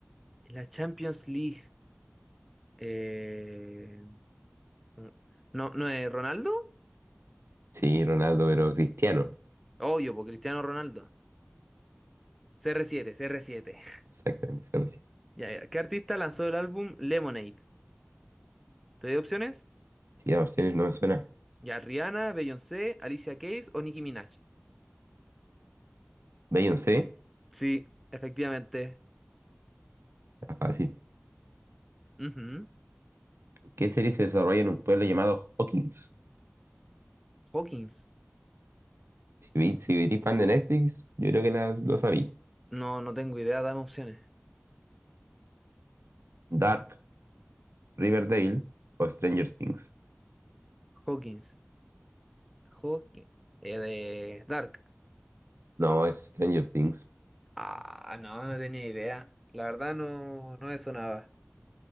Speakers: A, in the centre; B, on the right.
A: La Champions League. Eh, no, no no es Ronaldo.
B: Sí, Ronaldo, pero Cristiano.
A: Obvio, por Cristiano Ronaldo. C CR7, CR7. <laughs>
B: Exactamente, esa recién.
A: Ya, ya. ¿Qué artista lanzó el álbum Lemonade? ¿Te doy opciones?
B: Y las opciones no me suena.
A: Ya, Rihanna, Beyoncé, Alicia Keys o Nicki Minaj.
B: Beyoncé,
A: Sí, efectivamente.
B: está fácil.
A: Ujú.
B: ¿Qué serie se desarrolla en un pueblo llamado Hawkins?
A: Hawkins.
B: Si, vi, si eres fan de Netflix, yo creo que las, lo sabí.
A: No, no tengo idea, dame opciones.
B: Dark, Riverdale o Stranger Things.
A: Hawkins. Hawkins. Eh, de Dark.
B: No, es Stranger Things.
A: Ah, no, no tenía idea. La verdad no, no me sonaba.